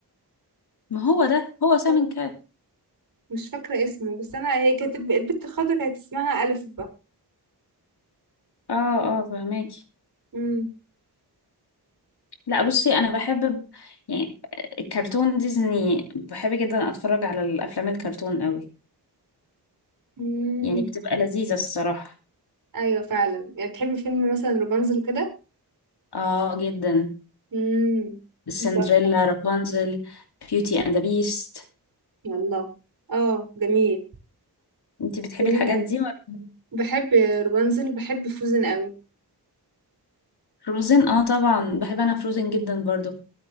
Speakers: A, on the left; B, on the right.
A: ما هو ده هو سامن
B: هو
A: كات
B: مش فاكرة اسمه بس أنا هي كانت الب- البت الخضرا كانت اسمها ألف بقى
A: اه اه فهماكي
B: مم.
A: لا بصي انا بحب يعني الكرتون ديزني بحب جدا اتفرج على الافلام الكرتون قوي
B: مم.
A: يعني بتبقى لذيذة الصراحة
B: أيوة فعلا يعني بتحبي فيلم مثلا روبانزل كده
A: اه جدا
B: مم.
A: سندريلا
B: تحفة
A: رابنزل بيوتي اند ذا بيست
B: والله اه جميل
A: انتي بتحبي
B: جميل
A: الحاجات
B: أوي
A: دي ولا
B: بحب روبانزل وبحب فوزن أوي
A: فروزن اه طبعا بحب انا فروزن جدا برضو